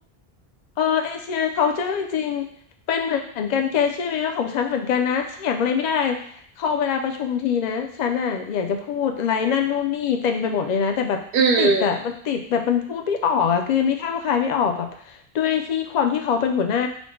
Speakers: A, on the left (about 55°); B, on the right (about 65°).
A: เออเอเชีย culture จริงๆเป็นเหมือนกันแกเชื่อไหมว่าของฉันเหมือนกันนะเถียงอะไรไม่ได้เขาเวลาประชุมทีนะฉันอ่ะอยากจะพูดอะไรนั่นนู่นนี่เต็มไปหมดเลยนะแต่แบบติดอ่ะมันติดแบบมันพูดไม่ออกอ่ะกลืนไม่เข้าคายไม่ออกแบบด้วยที่ความที่เขาเป็นหัวหน้า
B: <laughs> อืม